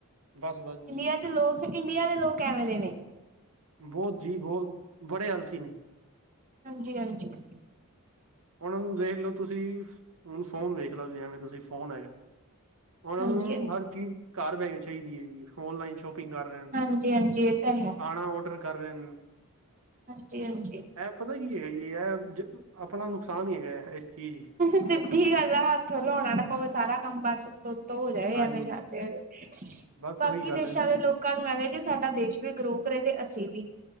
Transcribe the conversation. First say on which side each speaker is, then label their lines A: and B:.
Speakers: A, on the right; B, on the right.
A: ਬਸ -ਬਸ
B: ਇੰਡੀਆ
A: ਜੀ-
B: 'ਚ ਲੋਕ, ਇੰਡੀਆ ਦੇ ਲੋਕ ਐਵੇ ਦੇ ਨੇ-
A: ਬਹੁਤ ਜੀ ਬਹੁਤ, ਬੜੇ ਆਲਸੀ ਨੇ-
B: ਹਾਂਜੀ- ਹਾਂਜੀ-
A: ਹੁਣ ਦੇਖ ਲਓ ਤੁਸੀ, ਹੁਣ ਫੋਨ ਦੇਖ ਲਓ ਵੀ ਐਵੇ ਤੁਸੀਂ ਫੋਨ ਹੈਗਾ। ਹੁਣ
B: ਹਾਂਜੀ ਹਾਂਜੀ।
A: ਹਰ ਚੀਜ਼ ਘਰ ਬੈਠ ਕੇ ਚਾਹੀਦੀ ਹੈ ਜੀ, ਔਨਲਾਈਨ ਸ਼ੋਪ- ਸ਼ੋਪਿੰਗ ਕਰ ਰਹੇ,
B: ਹਾਂਜੀ ਹਾਂਜੀ ਇਹ ਤਾਂ ਹੈ
A: ਖਾਣਾ ਔਡਰ ਕਰ ਰਹੇ ਨੇ-
B: ਹਾਂਜੀ- ਹਾਂਜੀ-
A: ਇਹ ਪਤਾ ਕੀ ਹੈਗਾ ਜੀ, ਇਹ ਆਪਣਾ ਨੁਕਸਾਨ ਹੀ ਹੈਗਾ ਇਸ ਚੀਜ ਹੀ-
B: ਸਿੱਧੀ ਗੱਲ ਆ, ਹੱਥ ਹਿਲਾਉਣਾ ਨਾ ਪਵੇ ਸਾਰਾ ਕਮ ਬਸ ਉਤੋ- ਉਤੋ ਹੋ ਜਾਵੇ
A: ਹਾਂਜੀ
B: ਐਵੇ ਜਾਦੇ ਹਜ-
A: ਬਸ
B: ਬਾਕੀ
A: ਉਹੀ ਗੱਲ
B: ਦੇਸਾਂ
A: ਹੈ ਨਾ ਜੀ
B: ਦੇ ਲੋਕਾਂ ਨੂੰ ਐਵੇਂ ਕਿ ਸਾਡਾ ਦੇਸ਼ ਵੀ ਗਰੋ ਕਰੇ ਤੇ ਅਸੀਂ ਵੀ।